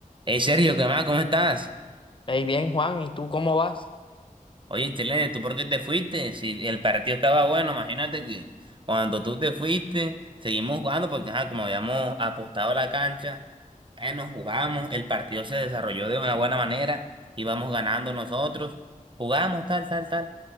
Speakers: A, on the right; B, on the left.
A: Hey Sergio, ¿qué más? ¿Cómo estás?
B: Hey, bien, Juan, ¿y tú cómo vas?
A: Oye, Chile, ¿tú por qué te fuiste? Si el partido estaba bueno, imagínate que cuando tú te fuiste, seguimos jugando porque ajá, como habíamos apostado la cancha, eh, nos jugamos, el partido se desarrolló de una buena manera, íbamos ganando nosotros, jugamos tal, tal, tal.